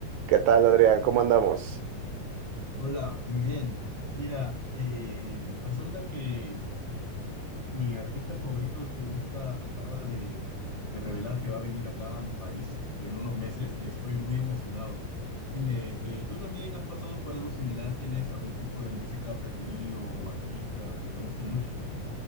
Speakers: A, on the right (about 70°); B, on the left (about 65°).
A: ¿Qué tal, Adrián? ¿Cómo andamos?
B: Hola, muy bien. Mira, eh, resulta que mi artista favorito de música acaba de, de revelar que va a venir acá a mi país en unos meses y estoy muy emocionado. Dime, eh, ¿tú también has pasado por algo similar? ¿Tienes algún tipo de música preferido o artista que te guste mucho?